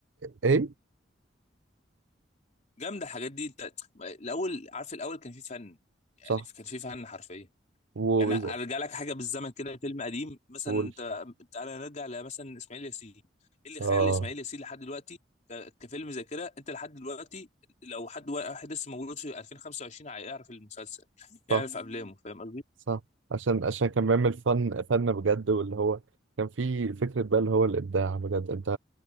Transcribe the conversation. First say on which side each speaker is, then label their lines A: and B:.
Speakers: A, on the right (about 80°); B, on the left (about 40°).
A: ايه
B: جامده الحاجات دي انت الاول عارف الاول كان في فن يعني
A: صح
B: كان في فن حرفيا
A: و قول
B: يعني ارجع لك حاجه بالزمن كده فيلم قديم مثلا
A: قول
B: انت تعالى نرجع لمثلا اسماعيل ياسين ايه اللي خلى
A: اه
B: اسماعيل ياسين لحد دلوقتي ك- كفيلم ذاكره انت لحد دلوقتي لو حد واحد لسه مولود في 2025 هيعرف المسلسل يعرف
A: صح
B: افلامه فاهم قصدي؟
A: صح عشان عشان كان بيعمل فن فن بجد واللي هو كان في فكرة بقى اللي هو الإبداع بجد أنت